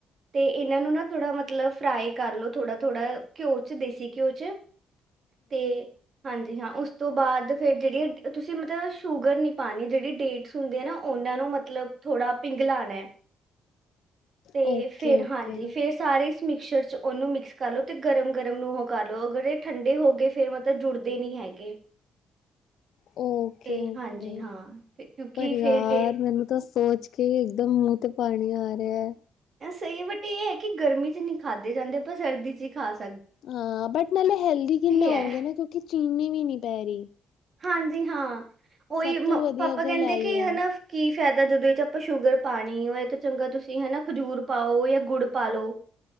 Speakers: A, on the right; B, on the left.
A: ਤੇ ਏਨਾਂ ਨੂੰ ਨਾ ਥੋੜ੍ਹਾ ਮਤਲਬ ਫਰਾਈ ਕਰ ਲੋ ਥੋੜਾ-ਥੋੜ੍ਹਾ ਘਿਓ ਚ ਦੇਸੀ ਘਿਓ ਚ ਤੇ ਹਾਂਜੀ ਹਾਂ ਉਸ ਤੋਂ ਬਾਦ ਫਿਰ ਜੇੜੀਆ ਤੁਸੀਂ ਮਤਲਬ ਸ਼ੂਗਰ ਨੀ ਪਾਨੀ ਜੇੜੀ ਡੇਟਸ ਹੁੰਦੇ ਐ ਨਾ ਓਨਾਂ ਨੂੰ ਮਤਲਬ ਥੋੜਾ ਪਿੰਗਲਾਨੈ ਤੇ
B: ਓਕੇ
A: ਫੇਰ
B: ਓਕੇ
A: ਹਾਂਜੀ ਫੇਰ ਸਾਰੇ ਇਸ ਮਿਕਸਰ 'ਚ, ਉਹਨੂੰ ਮਿਕਸ ਕਰ ਲੋ ਤੇ ਗਰਮ-ਗਰਮ ਨੂੰ ਹੋ ਕਰ ਲਓ, ਅਗਰ ਇਹ ਠੰਡੇ ਹੋਗੇ, ਫੇਰ ਮਤਲਬ ਜੁੜਦੇ ਨੀ ਹੈਗੇ
B: ਓਕੇ-ਓਕੇ,
A: ਤੇ ਹਾਂਜੀ ਹਾਂ ਫੇ ਕਿਉਂਕਿ
B: ਪਰ ਯਾਰ
A: ਫੇਰ ਡੇ
B: ਮੈਨੂੰ ਤਾਂ ਸ ਸੋਚ ਕੇ ਇੱਕਦਮ ਮੂੰਹ ਤੇ ਪਾਣੀ ਆ ਰਿਹਾ ਐ
A: ਸਹੀ, ਬਟ ਇਹ ਏ ਕਿ ਗਰਮੀ 'ਚ ਨੀ ਖਾਧੇ ਜਾਂਦੇ, ਪਰ ਸਰਦੀ 'ਚ ਹੀ ਖਾਸ
B: ਹਾਂ, ਬਟ ਨਾਲੇ ਹੈਲਦੀ ਕਿੰਨੇ ਹੁੰਦੇ
A: ਹੈ
B: ਨੇ, ਕਿਉਂਕਿ ਚੀਨੀ ਵੀ ਨੀ ਪੈ ਰਹੀ।
A: ਹਾਂਜੀ ਹਾਂ, ਉਹੀ
B: ਸਭ
A: ਮ
B: ਤੋਂ ਵਧੀਆ
A: ਪਾਪਾ ਕਹਿੰਦੇ
B: ਗੱਲ ਆਈ
A: ਕਿ
B: ਆ
A: ਹੈਨਾ ਕੀ ਫਾਇਦਾ, ਜਦੋਂ ਇਹ 'ਚ ਆਪਾਂ ਸ਼ੂਗਰ ਪਾਂਣੀਓ, ਇਹ ਤੋ ਚੰਗਾ ਤੁਸੀਂ ਹੈਨਾ, ਖਜੂਰ ਪਾਓ ਜਾਂ ਗੁੜ ਪਾ ਲੋ